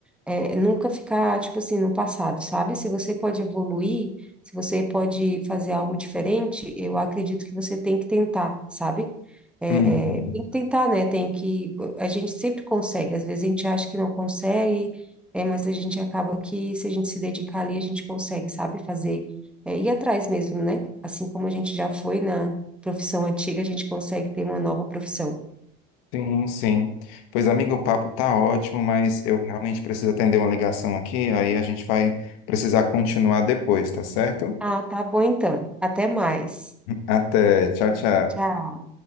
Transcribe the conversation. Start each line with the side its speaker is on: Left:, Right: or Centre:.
Centre: é, nunca ficar, tipo assim, no passado, sabe? Se você pode evoluir, se você pode fazer algo diferente, eu acredito que você tem que tentar, sabe? É,
Left: Uhum.
Centre: tem que tentar, né? Tem que. A gente sempre consegue, às vezes a gente acha que não consegue, é, mas a gente acaba que, se a gente se dedicar ali, a gente consegue, sabe? Fazer. É, ir atrás mesmo, né? Assim como a gente já foi na profissão antiga, a gente consegue ter uma nova profissão.
Left: Sim, sim. Pois, amigo, o papo tá ótimo, mas eu realmente preciso atender uma ligação aqui, aí a gente vai precisar
Centre: Uhum.
Left: continuar depois, tá certo?
Centre: Ah, tá bom então. Até mais.
Left: Até. Tchau, tchau.
Centre: Tchau.